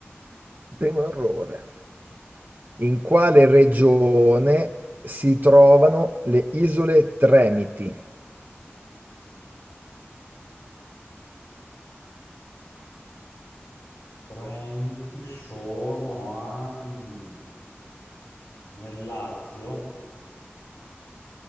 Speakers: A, on the right; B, on the left.
A: primo errore, in quale regione si trovano le isole Tremiti?
B: Tremiti sono a... mm, nel Lazio?